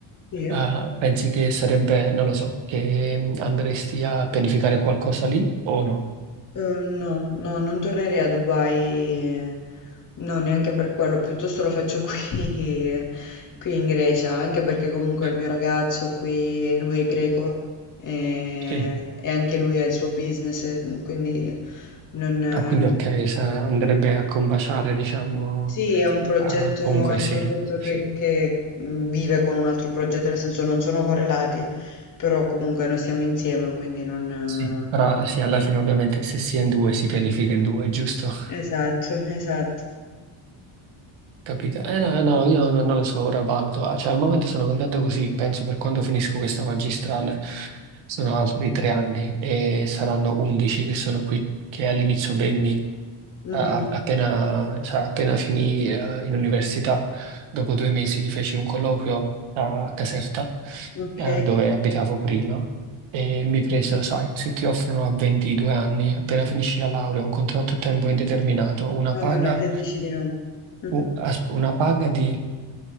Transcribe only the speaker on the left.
Sì.
Eh, no, no, non tornerei a Dubai, eh, no, neanche per quello, piuttosto lo faccio qui, <laughs> eh, qui in Grecia, anche perché comunque
il mio ragazzo qui, lui è greco e,
e anche lui ha il suo business, e quindi non, eh,
non-
Sì, è un progetto,
è un
progetto
che, che mh, vive con un altro progetto, nel senso non sono correlati, però comunque noi siamo insieme, quindi non...
eh, Esatto, <laughs> esatto.
Mhm,
Ok.
Madonna,
che dici di no? <laughs>